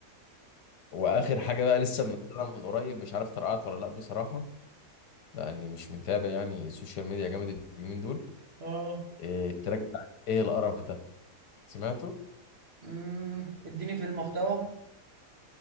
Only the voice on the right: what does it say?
اه
امم اديني في المحتوى